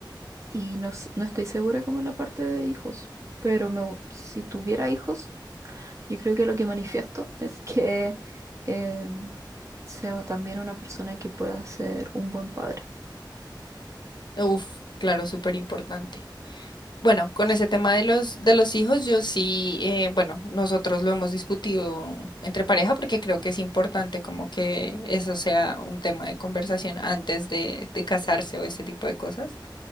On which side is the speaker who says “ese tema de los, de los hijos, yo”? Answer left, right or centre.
Left